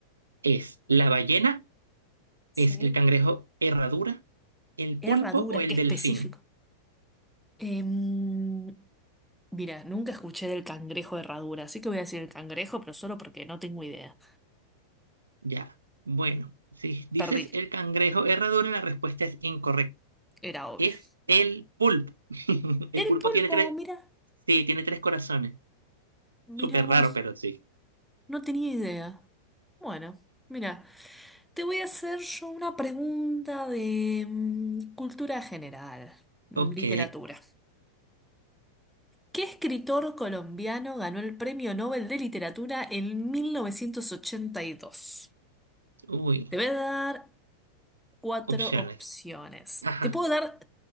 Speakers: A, on the right; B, in the centre.
A: ¿Es la ballena?
B: Sí.
A: ¿Es el cangrejo herradura? ¿El
B: Herradura,
A: pulpo o el
B: qué específico.
A: delfín?
B: Em, mira, nunca escuché del cangrejo de herradura, así que voy a decir el cangrejo, pero solo porque no tengo idea.
A: Ya. Bueno, si dices
B: Perdí,
A: el cangrejo herradura, la respuesta es incorrecta.
B: era obvio.
A: Es el pulpo. <laughs> El
B: El
A: pulpo
B: pulpo,
A: tiene tres.
B: mira,
A: Sí, tiene tres corazones.
B: mira
A: Súper
B: vos,
A: raro, pero sí.
B: no tenía idea. Bueno, mira, te voy a hacer yo una pregunta de mm, cultura general, mm,
A: Ok.
B: literatura. ¿Qué escritor colombiano ganó el Premio Nobel de Literatura en 1982?
A: Uy.
B: Te voy a dar cuatro
A: Opciones.
B: opciones.
A: Ajá.
B: Te puedo dar